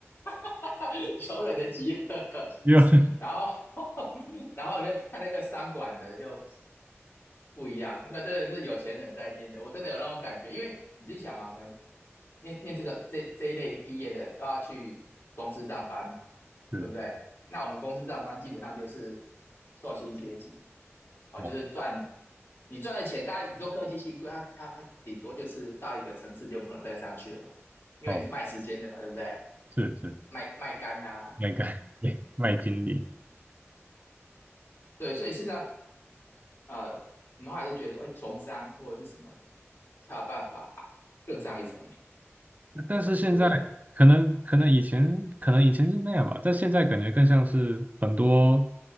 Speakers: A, on the left; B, on the right.
A: <laughs> 穷人的集合。<laughs>
B: 又 <laughs>
A: 然后，<laughs> 然后我就看那个商管的，就不一样，那个真的是有钱人在念的，我真的有那种感觉，因为你自己想嘛，我们念念这个这这一类毕业的都要去公司上班嘛，
B: 是
A: 对不对？那我们公司上班基本上就是受薪阶级，哦，
B: 哦
A: 就是赚你赚的钱，大概你做科技系，贵，它它顶多就是到一个层次就不能再上去了嘛，因为你是卖时间的嘛，
B: 哦，
A: 对不对？
B: 是是，
A: 卖卖肝啊，
B: 那个 <laughs> 麦经理。
A: 对，所以事实上，呃，我们后来都觉得说，哎，从商或者是什么的，才有办法更上一层楼，
B: 但是现在可能可能以前可能以前是那样吧，
A: 对不对？
B: 但现在感觉更像是很多